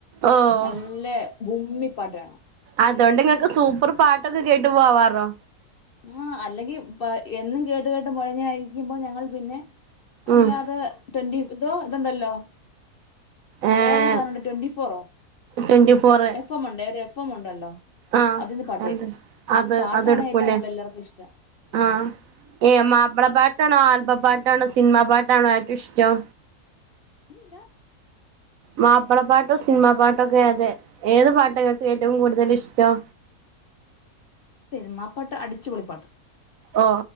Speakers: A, on the right; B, on the left.
A: ഓ
B: നല്ല ഭമ്മി പാട്ട് വേണം
A: അതോണ്ട് നിങ്ങൾക്ക് സൂപ്പർ പാട്ടൊക്കെ കേട്ട് പോവാറോ
B: <unintelligible> അല്ലെങ്കി എന്നും കേട്ട് കേട്ട് മുഴഞ്ഞായിരിക്കുമ്പോ ഞങ്ങൾ പിന്നെ അല്ലാതെ
A: ഉം
B: ട്വന്റി ഇതോ ഇതുണ്ടല്ലോ
A: ഏഹ്
B: വേറൊരു സാധനംണ്ട് ട്വന്റി ഫോറോ
A: ട്വന്റി ഫോറ്
B: എഫ് എം ഉണ്ട് ഒരു എഫ് എം ഉണ്ടല്ലോ
A: ആഹ്
B: അതിൽന്ന് പാട്ട
A: എന്ത്
B: കേൾക്കും
A: അത്
B: പാട്ടാണ്ഏ
A: അതെടുക്കൂലേ
B: എല്ലാർക്കും ഇഷ്ട്ടം
A: ആഹ് ഏ മാപ്പിള പാട്ടാണോ, ആൽബം പാട്ടാണോ, സിനിമ പാട്ടാണോ ഏറ്റവും ഇഷ്ടം
B: ഹലോ
A: മാപ്പള പാട്ടോ സിനിമാ പാട്ടോക്കെ അതെ ഏത് പാട്ട് ങ്ങൾക്ക് ഏറ്റവും കൂടുതൽ ഇഷ്ടം
B: സിനിമ പാട്ട് അടിച്ചു പൊളി പാട്ട്
A: ഓ